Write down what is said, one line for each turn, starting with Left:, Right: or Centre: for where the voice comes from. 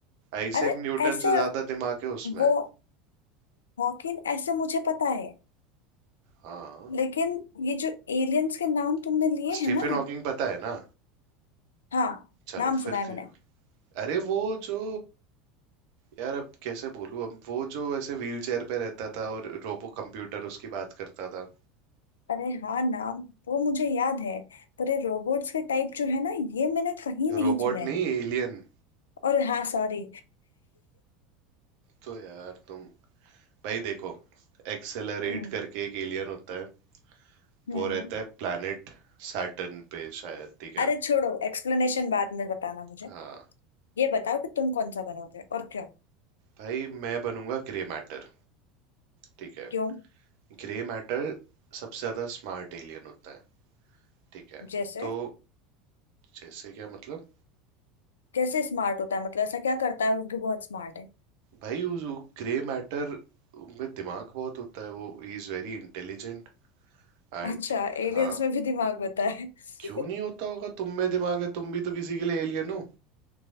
Right: आइजैक
Left: अरे
Right: न्यूटन
Left: ऐसे
Right: से ज्यादा दिमाग है उसमें
Left: वो हॉकिन ऐसे मुझे पता है
Right: हाँ
Left: लेकिन ये जो एलियंस के नाम तुमने लिए
Right: स्टीफन
Left: हैं ना
Right: हॉकिंग पता है ना
Left: हाँ
Right: चलो
Left: नाम
Right: फिर
Left: सुना है मैंने
Right: अरे वो जो यार अब कैसे बोलूं अब वो जो ऐसे व्हील चेयर पे रहता था और रोबो कंप्यूटर उसकी बात करता था
Left: अरे हाँ नाम वो मुझे याद है पर ये रोबोट्स के टाइप जो है ना ये मैंने कहीं नहीं
Right: रोबोट
Left: सुने हैं
Right: नहीं एलियन
Left: और हाँ सॉरी
Right: तो यार तुम भाई देखो एक्सेलरेट
Left: हम्म
Right: करके एक एलियन होता है
Left: हम्म
Right: वो रहता है प्लैनेट सैटर्न पे शायद ठीक है
Left: अरे छोड़ो एक्सप्लेनेशन बाद में बताना मुझे
Right: हाँ
Left: ये बताओ कि तुम कौन सा बनोगे और क्यों
Right: भाई मैं बनूंगा ग्रे मैटर ठीक है
Left: क्यों
Right: ग्रे मैटर सबसे ज्यादा स्मार्ट एलियन होता है ठीक है
Left: जैसे
Right: तो जैसे क्या मतलब
Left: कैसे स्मार्ट होता है मतलब ऐसा क्या करता है वो कि बहुत स्मार्ट है
Right: भाई उस ग्रे मैटर में दिमाग बहुत होता है वो ही इज वेरी इंटेलिजेंट एंड
Left: अच्छा एलियंस
Right: हाँ
Left: में भी दिमाग होता है <laughs>
Right: क्यों नहीं होता होगा तुम में दिमाग है तुम भी तो किसी के लिए एलियन हो